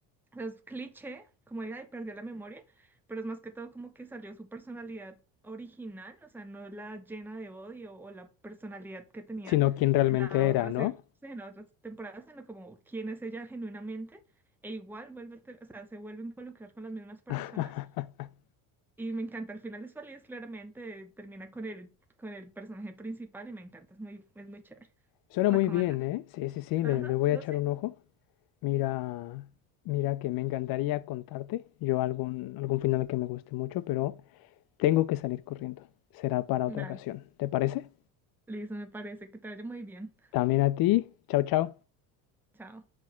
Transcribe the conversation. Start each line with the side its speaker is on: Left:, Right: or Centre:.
Centre: sea, es cliché, como de, ay, perdió la memoria, pero es más que todo como que salió su personalidad original, o sea, no la llena de odio o la personalidad que tenía
Left: sino quién realmente
Centre: en la otra,
Left: era, ¿no?
Centre: se- sí, en la otra temporada, sino como quién es ella genuinamente e igual vuelve, a ter- o sea, se vuelve a involucrar con las mismas personas
Left: <laughs>
Centre: y me encanta, al final es feliz, claramente, termina con el, con el personaje principal y me encanta, es muy, es muy chévere.
Left: Suena
Centre: Recomendar.
Left: muy bien, ¿eh? Sí, sí, sí,
Centre: Ajá,
Left: le, le voy
Centre: no
Left: a echar
Centre: sé.
Left: un ojo. Mira, mira que me encantaría contarte yo algún, algún final que me guste mucho, pero tengo que salir corriendo. Será para otra
Centre: Dale,
Left: ocasión. ¿Te parece?
Centre: listo, me parece que te vaya muy bien.
Left: También a ti. Chao, chao.
Centre: Chao.